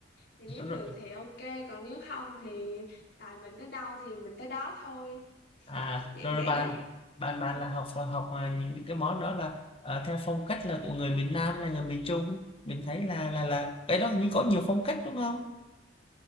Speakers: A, on the left (about 60°); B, on the left (about 30°).
A: thì nếu được
B: Rồi,
A: thì ok còn nếu không thì tài mình tới đâu thì mình tới đó thôi
B: à,
A: dạng
B: rồi, rồi
A: vậy
B: bạn
A: đấy
B: bạn
A: ừ,
B: bạn là học học à, những cái món đó là à, theo phong cách là của người miền Nam hay là người miền Trung? Mình thấy là là là cái đó như có nhiều phong cách đúng không?